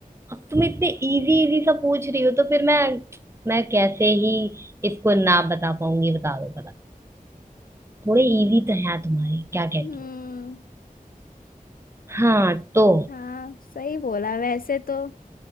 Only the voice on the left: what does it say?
हम्म
हाँ सही बोला वैसे तो